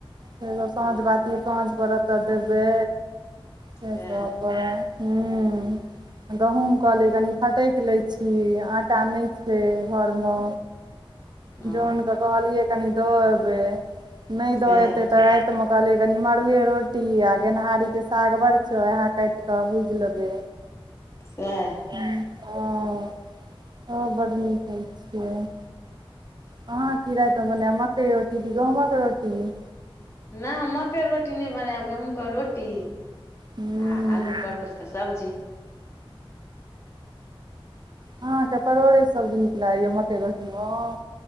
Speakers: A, on the right (about 50°); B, on the left (about 30°).
A: फेरो
B: ओ
A: साँझ बाती साँझ परत तऽ देबै
B: सएह
A: से सब करब। हूं गहुँम कहलिये कनी फटैक लै छी, आटा नहि छै घर मऽ।
B: ओ
A: जॉनके कहलियै कनि दऽ एबै, नहि
B: सएह
A: दऽ एतै तऽ राति ते मऽ कहलियै कनि मड़ुए रोटी आ गेनहारी के साग बड़ छै वोहै काटि कऽ भुज लबै।
B: सैह।
A: नहि हँ- हँ बड नीक होइ छियै। अहाँ की राइत मने बनैब, मकइ रोटी कि गहूँमक रोटी।
B: नहि हम मकइ रोटी नहि बनैब, गहूँम क रोटी
A: हूँ
B: आ आलू परवल कऽ सब्जी।
A: अहाँके परोड़े सब्जी नीक लागैयऽ, मकइ रोटी मऽ।